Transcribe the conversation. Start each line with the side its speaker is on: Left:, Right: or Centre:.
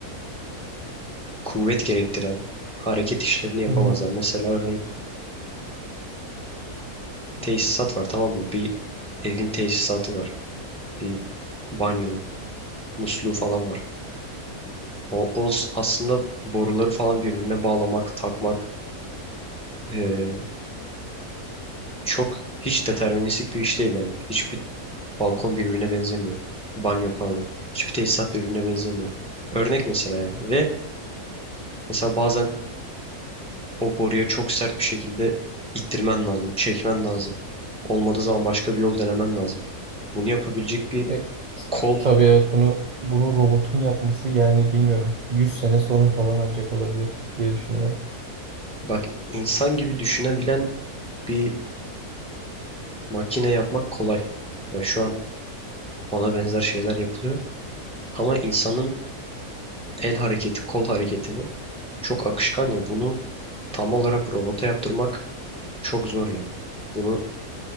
Centre: kuvvet gerektiren hareket işlerini yapamazlar.
Right: Hı hı.
Centre: Mesela örneğin tesisat var tamam mı? Bir evin tesisatı var. Bir banyonun musluğu falan var. O, o s- aslında boruları falan birbirine bağlamak, takmak eee, çok hiç deterministik bir iş değil yani. Hiçbir balkon birbirine benzemiyor. Banyo pardon. Hiçbir tesisat birbirine benzemiyor. Örnek mesela yani. Ve mesela bazen o boruya çok sert bir şekilde ittirmen lazım, çekmen lazım. Olmadığı zaman başka bir yol denemen lazım. Bunu yapabilecek bir
Right: E, t-
Centre: kol,
Right: tabii evet bunu bunu robotun yapması yani bilmiyorum. 100 sene sonra falan ancak olabilir diye düşünüyorum.
Centre: bak insan gibi düşünebilen bir makine yapmak kolay. Ya şu an ona benzer şeyler yapılıyor. Ama insanın el hareketi, kol hareketini çok akışkan ya bunu tam olarak robota yaptırmak çok zor yani. Bunu